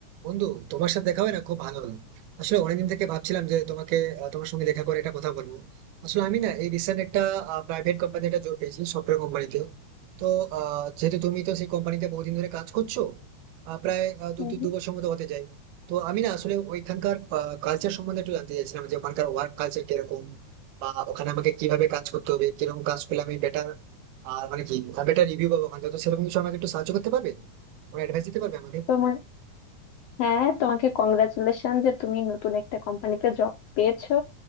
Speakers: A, on the right; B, on the left.
A: বন্ধু তোমার সাথে দেখা হয় না খুব ভালো হলো আসলে অনেকদিন থেকে ভাবছিলাম যে তোমাকে আহ, তোমার সঙ্গে দেখা করে একটা কথা বলবো আসলে আমি না এই রিসেন্ট একটা প্রাইভেট কোম্পানি একটা জব পেয়েছি সফটওয়্যার কোম্পানিতে তো আহ, যেহেতু তুমি তো সেই কোম্পানিতে বহুদিন ধরে কাজ করছো আহ, প্রায় আহ, দু
B: হুম,
A: তিন দু বছর মতো হতে যায় তো আমি না আসলে ওইখানকার কালচার সম্বন্ধে একটু জানতে চাইছিলাম যে ওখানকার ওয়ার্ক কালচার কিরকম বা ওখানে আমাকে কিভাবে কাজ করতে হবে কিরকম কাজ করলে আমি বেটার আর মানে কি বেটার রিভিউ পাবো ওখান থেকে তো সেরকম কিছু আমাকে একটু সাহায্য করতে পারবে তুমি অ্যাডভাইস দিতে পারবে আমাকে
B: তোমার হ্যাঁ তোমাকে কংগ্রাচুলেশন যে তুমি নতুন একটা কোম্পানিতে জব পেয়েছো